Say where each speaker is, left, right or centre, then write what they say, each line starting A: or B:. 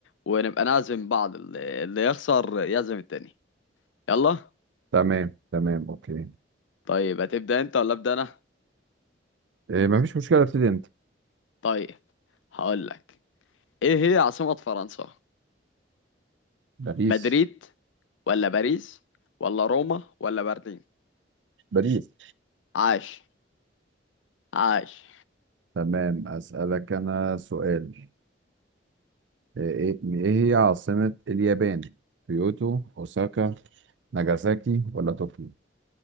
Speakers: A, on the left; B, on the right.
A: ونبقى نعزم بعض اللي اللي يخسر يعزم التاني يلا
B: تمام تمام اوكي
A: طيب هتبدأ انت ولا ابدأ انا
B: إيه مفيش مشكله ابتدي انت
A: طيب هقولك ايه هي عاصمة فرنسا
B: باريس
A: مدريد ولا باريس ولا روما ولا برلين
B: باريس
A: عاش عاش
B: تمام اسالك انا سؤال ايه إيه- إيه هي عاصمه اليابان كيوتو اوساكا ناجازاكي ولا طوكيو